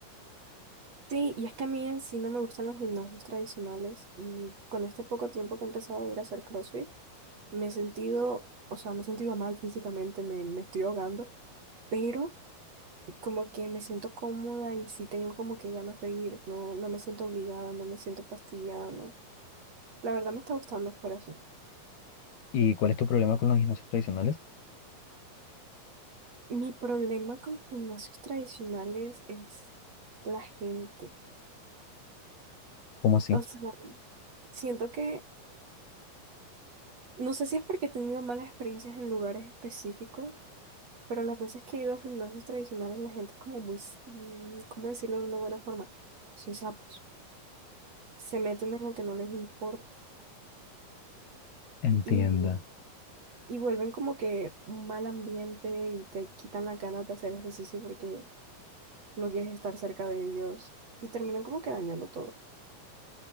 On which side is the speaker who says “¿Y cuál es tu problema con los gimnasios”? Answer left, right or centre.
Left